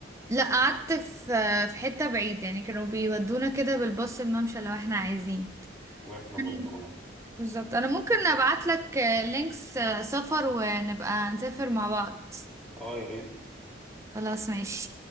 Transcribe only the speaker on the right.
لا قعدت في في حته بعيد يعني كانوا بيودونا كده بالباص الممشى لو احنا عايزين
مم.
بالظبط انا ممكن ابعت لك لينكس آه، سفر ونبقى نسافر مع بعض
خلاص ماشي